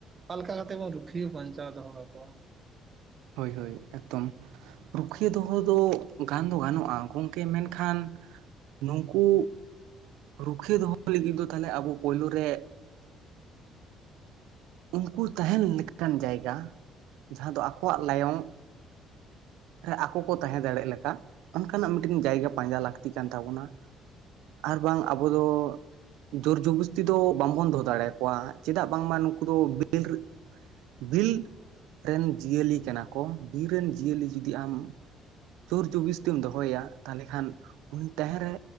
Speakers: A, on the right; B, on the right.
A: ᱚᱠᱟ ᱞᱮᱠᱟ ᱠᱟᱛᱮᱜ ᱵᱚᱱ ᱨᱩᱠᱷᱤᱭᱟᱹ ᱵᱟᱧᱪᱟᱣ ᱫᱚᱦᱚ ᱠᱟᱠᱚᱣᱟ᱾
B: ᱦᱳᱭ ᱦᱳᱭ ᱮᱠᱫᱚᱢ᱾ ᱨᱩᱠᱷᱤᱭᱟᱹ ᱫᱚᱦᱚ ᱫᱚ ᱜᱟᱱ ᱫᱚ ᱜᱟᱱᱚᱜᱼᱟ᱾ ᱜᱚᱢᱠᱮ ᱢᱮᱱᱠᱷᱟᱱ ᱱᱩᱠᱩ ᱨᱩᱠᱷᱤᱭᱟᱹ ᱫᱚᱦᱚ ᱞᱟᱹᱜᱤᱫ ᱫᱚ ᱛᱟᱦᱞᱮ ᱟᱵᱚ ᱯᱳᱭᱞᱳ ᱨᱮ ᱩᱱᱠᱩ ᱛᱟᱦᱮᱱ ᱞᱮᱠᱟᱱ ᱡᱟᱭᱜᱟ ᱡᱟᱦᱟᱸ ᱫᱚ ᱟᱠᱚᱣᱟᱜ ᱞᱟᱭᱚᱝ, ᱨᱮ ᱟᱠᱚ ᱠᱚ ᱛᱟᱦᱮᱸ ᱫᱟᱲᱮᱜ ᱞᱮᱠᱟ ᱚᱱᱠᱟᱱᱟᱜ ᱢᱤᱫᱴᱮᱱ ᱡᱟᱭᱜᱟ ᱯᱟᱸᱡᱟ ᱞᱟᱹᱠᱛᱤ ᱠᱟᱱ ᱛᱟᱵᱚᱱᱟ᱾ ᱟᱨ ᱵᱟᱝ ᱟᱵᱚ ᱫᱚ ᱡᱳᱨᱡᱚᱵᱚᱥᱛᱤ ᱫᱚ ᱵᱟᱝᱵᱚᱱ ᱫᱚᱦᱚ ᱫᱟᱲᱮᱭᱟᱠᱚᱣᱟ᱾ ᱪᱮᱫᱟᱜ ᱵᱟᱝᱢᱟ ᱱᱩᱠᱩ ᱫᱚ ᱵᱤᱨ ᱵᱤᱨ ᱨᱮᱱ ᱡᱤᱭᱟᱹᱞᱤ ᱠᱟᱱᱟ ᱠᱚ ᱵᱤᱨ ᱨᱮᱱ ᱡᱤᱭᱟᱹᱞᱤ᱾ ᱡᱩᱫᱤ ᱟᱢ ᱡᱳᱨ ᱡᱚᱵᱤᱥᱛᱤᱢ ᱫᱚᱦᱚᱭᱟ ᱛᱟᱦᱚᱞᱮ ᱠᱷᱟᱱ ᱩᱱᱤ ᱛᱟᱦᱮᱸ ᱨᱮ